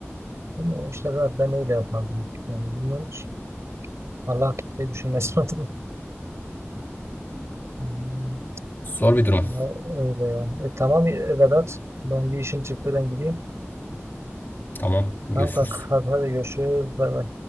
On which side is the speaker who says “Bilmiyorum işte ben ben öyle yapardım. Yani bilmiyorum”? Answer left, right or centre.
Right